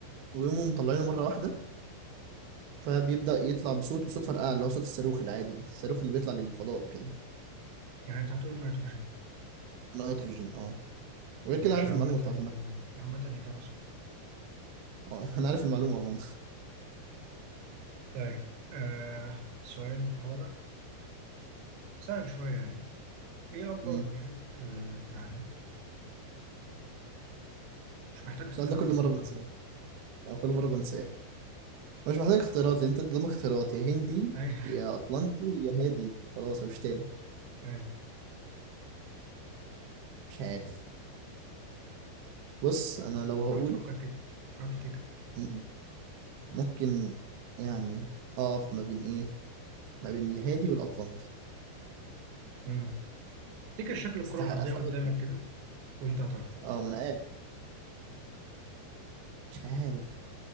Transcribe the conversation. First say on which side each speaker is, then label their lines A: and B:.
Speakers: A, on the right; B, on the right.
A: ويقوموا مطلعينه مرة واحدة فبيبدأ يطلع بصوت وصوت فرقعة اللي هو صوت الصاروخ العادي الصاروخ اللي بيطلع للفضاء وكده
B: يعني انت هتقول نيتروجين
A: نيتروجين اه وغير
B: ماشي
A: كده عارف
B: عامة
A: المعلومة بتاعت النيت-
B: عامة إجابة صحيحة
A: اه <laughs> انا عارف المعلومة عموما
B: طيب آه السؤال الرابع سهل شوية يعني ايه اكبر
A: <laughs> مم.
B: محيط آه، في العالم مش محتاج اختيارات
A: السؤال ده كل
B: هو
A: مرة بنساه او كل مرة بنساه مش محتاج اختيارات لان انت قدامك اختيارات يا هندي
B: <laughs> اي
A: يا اطلنطي يا هادي خلاص مفيش تاني
B: اي
A: مش عارف بص انا لو هقول
B: حاول تفكر كده حاول تفتكر
A: مم. ممكن يعني اقف ما بين ايه ما بين الهادي والاطلنطي
B: امم تفتكر شكل الكرة
A: استحق
B: الأرضية
A: استبعد
B: قدامك
A: الهندي
B: كده وانت هتعرف
A: اه ما انا قاعد مش عارف